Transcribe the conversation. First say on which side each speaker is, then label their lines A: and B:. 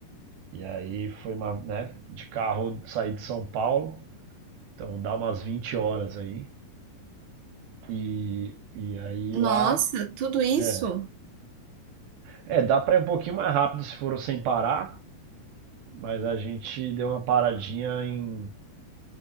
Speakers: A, on the right; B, on the right.
A: e aí foi uma, né, de carro saí de São Paulo, então dá umas 20 horas aí. E, e aí
B: Nossa,
A: lá
B: tudo isso?
A: É, é, dá para ir um pouquinho mais rápido se for sem parar, mas a gente deu uma paradinha em